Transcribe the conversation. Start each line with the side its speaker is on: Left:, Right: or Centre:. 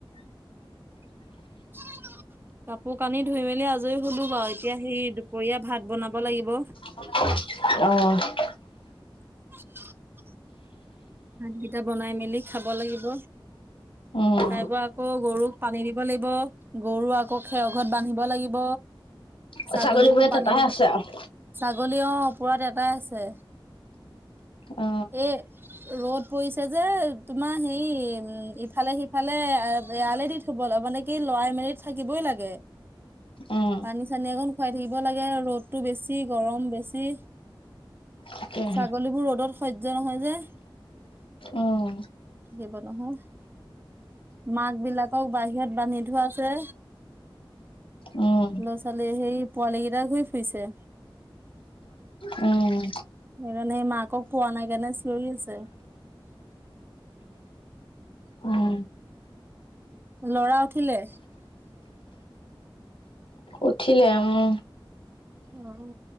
Right: <unintelligible> কাপোৰ কানি ধুই মেলি আজৰি হ'লো বাও, এতিয়া সেই দুপৰীয়া ভাত বনাব লাগিব।
Left: অঁ'।
Right: <unintelligible> ভাতকিটা বনাই মেলি খাব লাগিব,
Left: উম
Right: খাই বৈ আকৌ গৰুক পানী দিব লাগিব গৰু আ আকৌ খেৰ ঘৰত বান্ধিব লাগিব, ছাগলীকো
Left: অ ছাগলীবোৰে
Right: পানী
Left: তেপাই
Right: দিব
Left: আছে আৰু
Right: ছাগলী অ পূৰঠ এটাই আছে,
Left: অ
Right: এই ৰদ পৰিছে যে তোমাৰ হেৰি উম ইফালে সিফালে এয়ালে দি থব লাগে মানে কি লৰাই মেলি থাকিবই লাগে।
Left: উম
Right: পানী চানী অকণ খুৱাই থাকিব লাগে ৰ'দতটো বেছি গৰম বেছি।
Left: তাকেহে
Right: ছাগলী বোৰ ৰ'দত সহ্য নহয় যে।
Left: উম
Right: থাকিব নহয় মাক বিলাকক বাহিৰত বান্ধি ধোৱা আছে।
Left: উম
Right: ল'ৰা ছোৱালী সেই পোৱালি কেইটা ঘূৰি ফুৰিছে।
Left: উম।
Right: সেইকাৰণে ই মাকক পোৱা নাই কাৰণে চিঞৰি আছে।
Left: উম।
Right: লৰা উঠিলে?
Left: উঠিলে উম্।
Right: উম উ